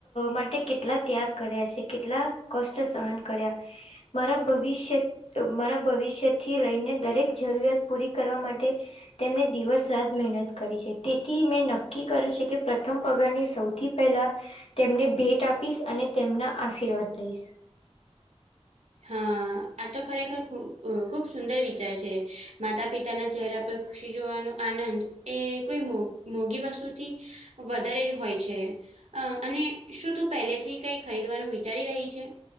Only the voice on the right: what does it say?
હા. આતો ખરેખર ખુબ સુંદર વિચાર છે. માતા પિતાના ચહેરા પર ખુશી જોવાનો આનંદ એ કોઈ મોઘી વસ્તુથી વધારે જ હોય છે. અને શું તું પહેલેથી કઈ ખરીદવાનું વિચારી રહી છે.